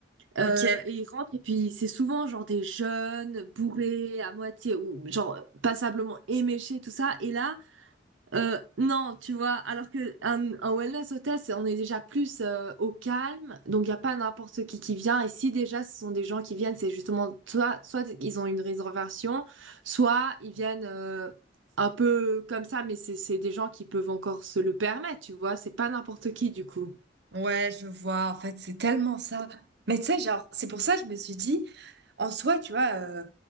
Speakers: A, on the right (about 60°); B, on the right (about 85°).
A: ok.
B: euh, et ils rentrent, et puis c'est souvent genre des jeunes, bourrés, à moitié, ou genre passablement éméchés, tout ça, et là, euh, non, tu vois, alors que un, un wellness hôtel, c'est, on est déjà plus euh, au calme, donc il n'y a pas n'importe qui qui vient. Et si déjà ce sont des gens qui viennent, c'est justement soit, soit ils ont une réservation, soit ils viennent euh, un peu comme ça, mais c'est c'est des gens qui peuvent encore se le permettre, tu vois. C'est pas n'importe qui du coup.
A: Ouais, je vois. En fait, c'est tellement ça. Mais tu sais, genre, c'est pour ça que je me suis dit, en soi, tu vois, euh,